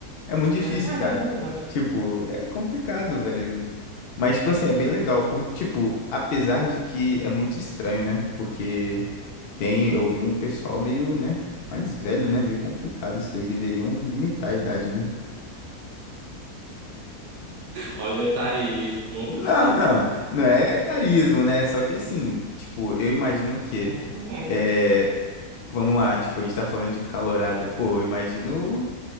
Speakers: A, on the left; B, on the right.
A: É muito difícil,
B: <laughs>
A: cara. Tipo, é complicado, velho. Mas, tipo assim, é bem legal. Por, tipo, apesar de que é muito estranho, né? Porque tem, eu vi um pessoal meio, né? Mais velho, né? Meio complicado. Isso daí deveriam limitar a idade, né?
B: Olha o etarismo.
A: Não, não, não é etarismo, né? Só que assim, tipo, eu imagino que,
B: <laughs>
A: é, vamos lá, tipo, a gente tá falando de calorada, pô, eu imagino